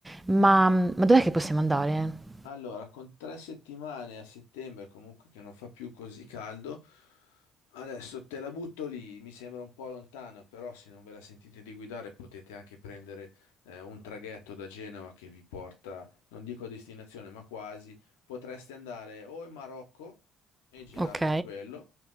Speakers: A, on the right (about 15°); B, on the left (about 90°).
A: Ma, ma dov'è che possiamo andare?
B: Allora, con tre settimane a settembre comunque che non fa più così caldo, adesso te la butto lì, mi sembra un po' lontano, però se non ve la sentite di guidare potete anche prendere eh, un traghetto da Genova che vi porta, non dico a destinazione, ma quasi, potreste andare o in Marocco e girarvi
A: Ok?
B: quello,